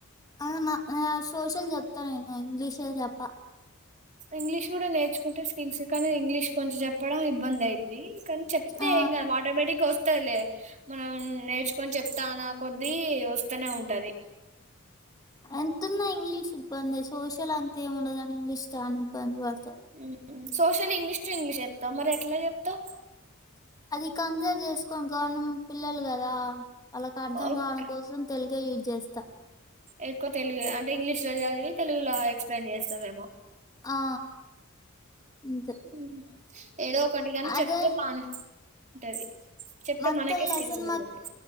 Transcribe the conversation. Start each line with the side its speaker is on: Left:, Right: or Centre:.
Left: ఆ మా ఆ సోషల్ చెప్తా నేను ఇంగ్లీశే చెప్ప
Right: ఇంగ్లీష్ కూడా నేర్చుకుంటే స్కిల్స్ కానీ ఇంగ్లీష్ కొంచెం జెప్పడం ఇబ్బంది అయిది ది కానీ చెప్తే
Left: ఆ
Right: ఎం గాదు ఆటోమేటిక్గా వోస్తదీలే మనం నేర్చుకొని చెప్తా అన కొద్దీ వస్తనే ఉంటది
Left: ఎంత ఉన్న ఇంగ్లీష్ ఇబ్బందె సోషల్ అంత ఏమి ఉండదు గాని ఇంగ్లీష్ చానా ఇబ్బంది పాడత్
Right: మ్ సోషల్ ఇంగ్లీష్ టు ఇంగ్లీష్ చెప్తావ మరి ఎట్లా చెప్తావ్
Left: అది కన్జర్వ్ చేసుకోని గవర్న మం పిల్లలు కదా ఆళ్ళకి అర్ధం
Right: ఓకే
Left: కావడం కోసం తెలుగు కే యూజ్ చేస్తా
Right: ఎక్కువ తెలుగె అంటే ఇంగ్లిష్లో చదివి తెలుగులో ఎక్స్ప్లెయిన్ చేస్తాదేమో
Left: ఆ అంతే
Right: ఉ ఏదో ఒకటి గాని చెప్తే
Left: అదే
Right: బానే ఉంటది చెప్తే
Left: మొత్తం
Right: మనకే
Left: లెసన్
Right: స్కిల్స్ పెరుగుతాయి
Left: మొత్